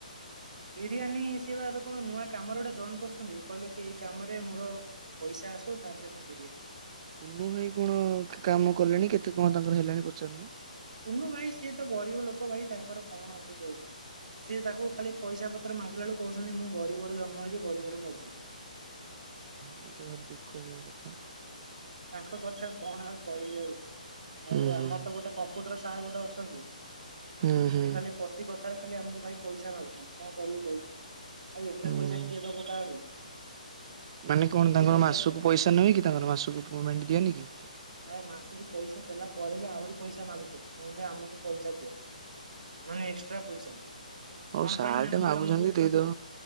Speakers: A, on the right; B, on the right.
A: ବିରିୟାନୀ ସିଏ ଏବେ କଣ ନୂଆ କାମରେ ଗୋଟେ ଜଏନ୍ କରିଛନ୍ତି କହିଲେ କି ଏଇ କାମରେ ମୋର ପଇସା ଆସୁ ତାପରେ ମୁଁ ବିରିୟାନୀ।
B: କୁନୁ ଭାଇ କଣ କାମ କଲେଣି କେତେ କଣ ତାଙ୍କର ହେଲାଣି ପଚାରୁନ।
A: କୁନୁ ଭାଇ ସିଏ ତ ଗରିବ ଲୋକ ଭାଇ ତାଙ୍କର କଣ ଅଛି କୁହନି? ସିଏ ତାଙ୍କୁ ଖାଲି ପଇସା ପତ୍ର ମାଗିଲା ବେଳକୁ କହୁଛନ୍ତି ମୁଁ ଗରିବରେ ଜନ୍ମ ହେଇଛି ଗରିବରେ ମରିଯିବି।
B: ହଁ ତ ଭାରି ଦୁଃଖ କଥା।
A: ତାଙ୍କ କଥା କଣ ଆଉ କହିବି ଆଉ। ଆଉ
B: ହୁଁ
A: ଆମର
B: ହୁଁ
A: ତ ଗୋଟେ କ କମ୍ପ୍ୟୁଟର ସାର୍ ଗୋଟେ ଅଛନ୍ତି। ସେ
B: ହୁଁ ହୁଁ
A: <unintelligible> ପ୍ରତି କଥାରେ ଖାଲି ଆମକୁ ଭାଇ ପଇସା ମାଗୁଛନ୍ତି। କଣ କରିବୁ କହିଲୁ? ଭାଇ ଏତେ
B: ହୁଁ।
A: ପଇସା କିଏ ଦବ କାହାକୁ?
B: ମାନେ କଣ
A: ପ୍ରତି
B: ତାଙ୍କର
A: କଥାରେ
B: ମାସକୁ ପଇସା ନୁହେଁ କି? ତାଙ୍କର ମାସକୁ ପେମେଣ୍ଟ ଦିଅନି କି?
A: ଆରେ ମାସକୁ ପଇସା ଦେଲା ପରେ ବି ଆହୁରି ପଇସା ମାଗୁଛନ୍ତି। କହୁଛନ୍ତି ଆମକୁ ପଇସା ଦିଅ। ମାନେ ଏକ୍ସଟ୍ରା ପଇସା।
B: ହଉ
A: କଣ
B: ସାର୍
A: ପାଇଁ ନା
B: ଟେ
A: ମୁଁ
B: ମାଗୁଛନ୍ତି
A: ତମକୁ
B: ଦେଇଦବ